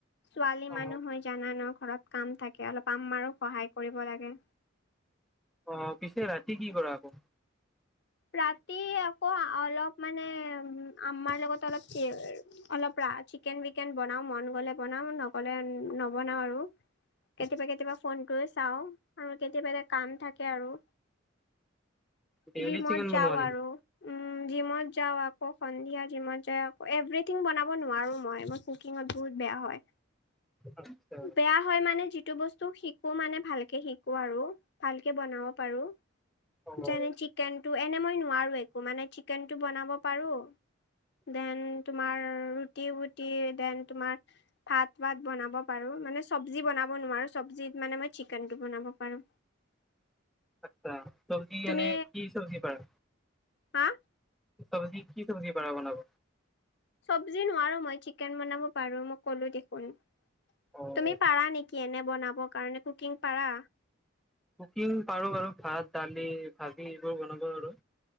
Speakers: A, on the left (about 55°); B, in the centre.
A: ছোৱালী
B: অ',
A: মানুহ হয়। জানানো ঘৰত কাম থাকে অলপ আম্মাৰো সহায় কৰিব লাগে।
B: অ পিছে ৰাতি কি কৰা আকৌ
A: ৰাতি আকৌ অলপ মানে আম্মাৰ লগত অলপ অলপ চিকেন বিকেন বনাও মন গলে বনাও ন গলে নবনাও আৰু কেতিয়াবা কেতিয়াবা ফোনটো চাও আৰু কেতিয়াবা এটা কাম থাকে আৰু
B: ডেইলি
A: জিমত
B: চিকেন
A: যাওঁ
B: বনুৱা নি
A: আৰু উম জিভাত যাওঁ আকৌ সন্ধিয়া জিমত য আকৌ এভথিং বনাব নোৱাৰো মই কুকিং বহুত বেয়া হয়
B: আচ্ছা
A: বেয়া হয় মানে যিটো বস্তু শিকো মানে ভালকে শিকো আৰু ভালকে বনাও পাৰু
B: অ',
A: যেনে চিকেন ত এনে মই নোৱাৰো একো মানে চিকেনটো বনাব পাৰো দেন তোমাৰ ৰুটি বুটি দেন তোমাৰ ভাত বাত বনাব পাৰো মানে চব্জি বনাব নোৱাৰো চবজিত মানে মই চিকেনটো বনাব পাৰো
B: আচ্ছা চব্জি
A: তুমি
B: এনে কি চব্জি পাৰা
A: হা
B: চবজি কি চব্জি পাৰ বনাব
A: চব্জি নোৱাৰো মই চিকেন বনাব পাৰো মই ক'লো দেখোন
B: অ',
A: তুমি পাৰা নেকি এনে বনাব কাৰণে কুকিং পাৰা
B: কুকিং পাৰো বাৰু ভাত দালি ভাজি এইবোৰ বনাব পাৰু